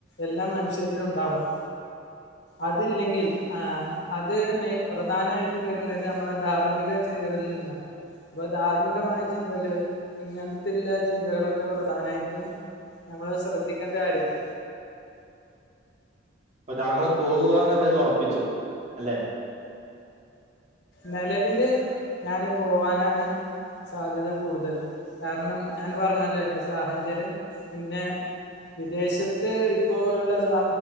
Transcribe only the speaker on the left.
എല്ലാ മനുഷ്യരിലും ഉണ്ടാവണം അതില്ലെങ്കിൽ ആ അത് മേ പ്രധാനായിട്ടും വരുന്നത് മ്മളെ ധാർമ്മിക ചിന്തകളിൽ നിന്നാ അപ്പൊ ധാർമ്മികമായ ചിന്തകള് ഇങ്ങനെത്തുള്ള ചിന്തകളൊക്കെ പ്രധാനായിട്ട് നമ്മൾ ശ്രദ്ധിക്കേണ്ട കാര്യാണ്
നെലവില് ഞാന് പോവാനാണ് സാധ്യത കൂടുതൽ കാരണം ഞാൻ പറഞ്ഞല്ലോ എന്റെ സാഹചര്യം പിന്നെ വിദേശത്ത് ഇപ്പോ ഉള്ള സാ